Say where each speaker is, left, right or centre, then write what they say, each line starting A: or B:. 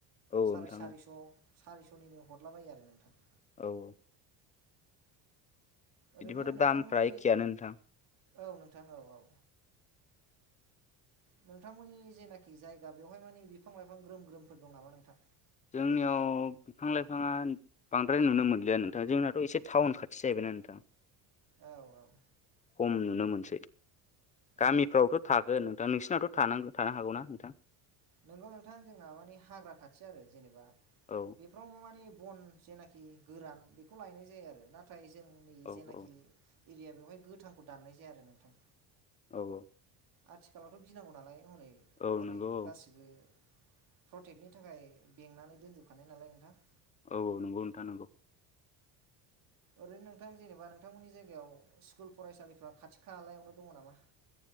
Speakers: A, on the left (about 20°); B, on the right (about 50°).
A: औ
B: साराय
A: नोंथां
B: सारिस'
A: औ
B: सारिस'निनो हदलाबायो आरो नोंथां।
A: औ औ।
B: ओरैनो
A: इदिबाथ'
B: नोंथांमोननि
A: दामफ्रा एखेयानो नोंथां।
B: औ नोंथां औ औ। नोंथांमोननि जेनाखि जायगा बेवहाय माने बिफां लाइफां ग्रोम ग्रोमफोर दं नामा नोंथां?
A: जोंनियाव बिफां लाइफाङा बांद्राय नुनो मोनलिया नोंथां जोंनाथ' एसे टाउन खाथि जाहैबाय ना नोंथा।
B: औ औ।
A: खम नुनो मोनसै। गामिफ्रावथ'
B: औ औ
A: थागोन नोंथां नोंस सिनाथ' थांनागो थानो हागौना नोंथां?
B: नोंगौ नोंथां। जोंना माने हाग्रा खाथि आरो जेनेबा
A: औ
B: बेफ्राव माने बन जेनाखि गोरान बेखौ लायनाय जायो आरो। नाथाय जोंनि
A: औ
B: जेनाखि
A: औ
B: इरिया बेवहाय गोथांखौ दाननाय जाया आरो नोंथां।
A: औ औ।
B: आथिखालावथ' गिनांगौ नालाय हनै
A: औ
B: ओरै
A: नंगौ औ
B: गासिबो प्रटेगनि थाखाय बेंनानै दोनजोब खानाय नालाय नोंथां।
A: औ औ नोंगौ नोंथा नंगौ।
B: ओरैनो नोंथां जेनेबा नोंथांमोननि जायगायाव स्कुल फरायसालिफ्रा खाथि खालायावनो दङ नामा? <inaudible>